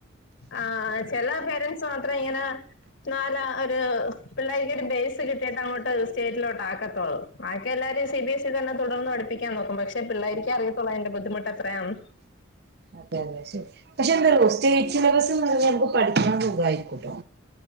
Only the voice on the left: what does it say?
ആ ചെല പേരൻസ് മാത്രം ഇങ്ങനെ ന്നാല ഒരു പിള്ളേര്ക്കൊര് ബേസ് കിട്ടിട്ട് അങ്ങോട്ട് സ്റ്റേറ്റിലോട്ടാക്കത്തുള്ളു. ബാക്കി എല്ലാരും സി ബി എസ് ഇ തന്നെ തുടർന്ന് പഠിപ്പിക്കാൻ നോക്കും. പക്ഷേ പിള്ളേരിക്ക അറിയത്തുള്ളു അതിന്റെ ബുദ്ധിമുട്ട് എത്രയാന്ന്.